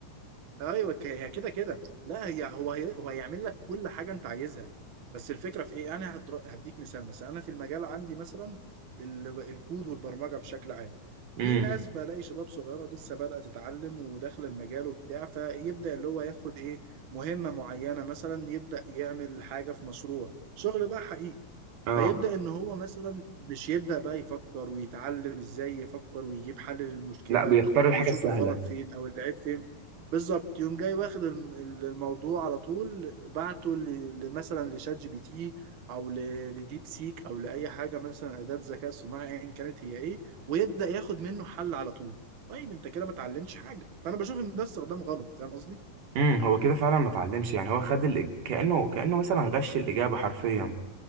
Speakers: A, on the right (about 85°); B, on the right (about 60°).
A: ايوه ك- هي كده كده لا هي هو هي هو هيعمل لك كل حاجه انت عايزها بس الفكره في ايه انا هدر- هديك مثال مثلا انا في المجال عندي مثلا ال- الكود والبرمجه بشكل عام
B: امم
A: في ناس بلاقي شباب صغيره لسه بادئه تتعلم وداخله المجال وبتاع فيبدا اللي هو ياخد ايه مهمه معينه مثلا يبدا يعمل حاجه في مشروع شغل بقى حقيقي
B: اه
A: فيبدأ إن هو مثلا مش يبدأ بقى يفكر ويتعلم إزاي يفكر ويجيب حل للمشكلة
B: لا بيختار الحاجه
A: أو يشوف
B: السهله
A: الغلط فين أو العيب فين بالظبط يوم جاي واخد الم- الموضوع على طول بعته ل- ل- مثلا لشات جي بي تي أو ل- لديب سيك أو لأي حاجة مثلا أداة ذكاء صناعي أيا كانت هي إيه ويبدأ ياخد منه حل على طول طيب انت كده ما اتعلمتش حاجه فانا بشوف ان ده استخدام غلط فاهم قصدي
B: امم هو كده فعلا ما اتعلمش يعني هو خد الإج... كانه كانه مثلا غش الاجابه حرفيا